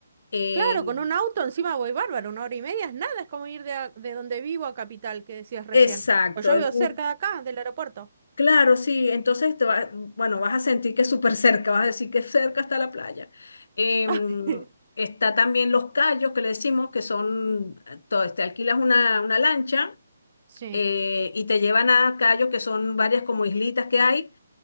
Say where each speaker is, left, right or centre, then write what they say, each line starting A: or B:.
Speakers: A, on the left (about 65°); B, on the right (about 45°).
A: Eh,
B: Claro, con un auto encima voy bárbaro, una hora y media es nada, es como ir de, a- de donde vivo a Capital, que decías recién.
A: exacto,
B: Pues yo
A: es
B: vivo
A: muy
B: cerca de acá, del aeropuerto.
A: claro, sí, entonces te va- bueno, vas a sentir que es súper cerca, vas a decir que cerca está la playa. Em,
B: <laughs>
A: está también Los Cayos, que le decimos que son, to- te alquilas una, una lancha
B: Sí.
A: eh, y te llevan a Cayos, que son varias como islitas que hay.